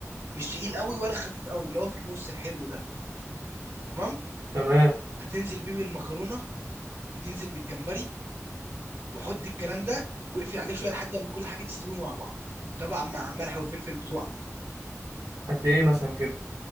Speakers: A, on the right; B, on the right.
A: مش تقيل قوي ولا خفيف قوي اللي هو في النص الحلو ده تمام
B: تمام
A: هتنزل بيه بالمكرونه وتنزل بالجمبري وحط الكلام ده واقفل عليه شويه لحد اما كل حاجه تستوي مع بعض طبعا مع ملح وفلفل بتوعك
B: قد ايه مثلا كده